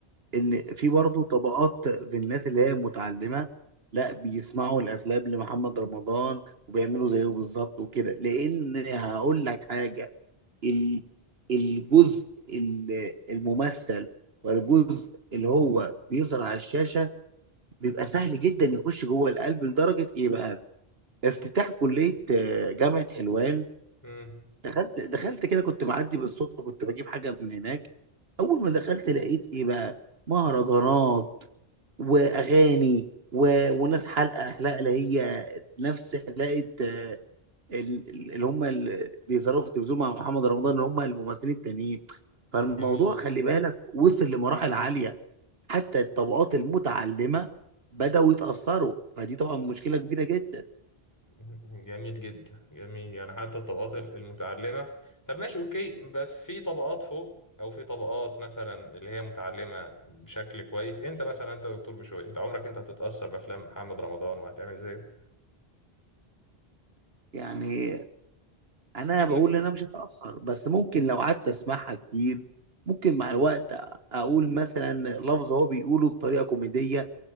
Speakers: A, on the right; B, on the left.
A: ان في برضه طبقات في الناس اللي هي متعلمه لا بيسمعوا الافلام لمحمد رمضان وبيعملوا زيه بالظبط وكده لان هقول لك حاجه ال- الجزء ال- الممثل والجزء اللي هو بيظهر على الشاشه بيبقى سهل جدا يخش جوه القلب لدرجه ايه بقى افتتاح كليه آه، جامعه حلوان
B: امم
A: دخلت دخلت كده كنت معدي بالصدفه كنت بجيب حاجه من هناك اول ما دخلت لقيت ايه بقى مهرجانات واغاني و... وناس حلقه حلقه اللي هي نفس حلقه آه، ال- ال- اللي هم اللي بيظهروا في التلفزيون مع محمد رمضان اللي هم الممثلين التانيين فالموضوع
B: جميل
A: خلي بالك وصل لمراحل عاليه حتى الطبقات المتعلمة بدأوا يتأثروا فدي طبعا مشكلة كبيرة جدا
B: <laughs> جميل جدا جميل يعني حتى الطبقات ال- المتعلمة طب ماشي اوكي بس في طبقات فوق او في طبقات مثلا اللي هي متعلمة بشكل كويس انت مثلا انت دكتور بشوي انت عمرك انت هتتأثر بافلام محمد رمضان وهتعمل زيه
A: يعني أنا
B: اكيد
A: بقول إن أنا مش هتأثر بس ممكن لو قعدت أسمعها كتير ممكن مع الوقت أقول مثلا لفظ هو بيقوله بطريقة كوميدية